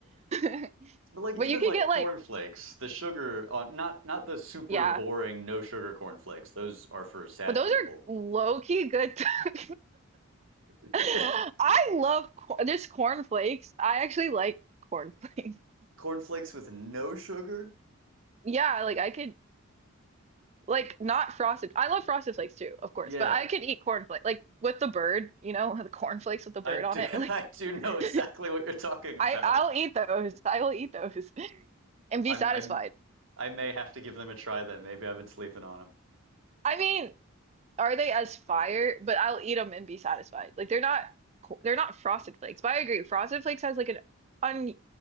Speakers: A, on the right; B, on the right.
A: <laughs>
B: like even
A: But you could
B: like
A: get
B: cornflakes,
A: like
B: the sugar on not not the super
A: yeah,
B: boring no sugar cornflakes. Those are for sad
A: but those
B: people.
A: are low key good. <laughs>
B: <laughs>
A: I love cor- just corn flakes. I actually like corn flakes. <laughs>
B: Cornflakes with no sugar?
A: Yeah, like I could. Like not frosted. I love frosted flakes too, of course,
B: Yeah,
A: but I could eat cornflakes like with the bird, you know, <laughs> the cornflakes with the bird
B: I do.
A: on it.
B: <laughs> I
A: Like
B: do
A: <laughs>
B: know exactly what you're talking about.
A: I I'll eat those. I will eat those <laughs> and
B: I'm.
A: be satisfied.
B: I'm. I may have to give them a try then. Maybe I've been sleeping on them.
A: I mean, are they as fire? But I'll eat them and be satisfied. Like they're not co- they're not frosted flakes. But I agree, frosted flakes has like an un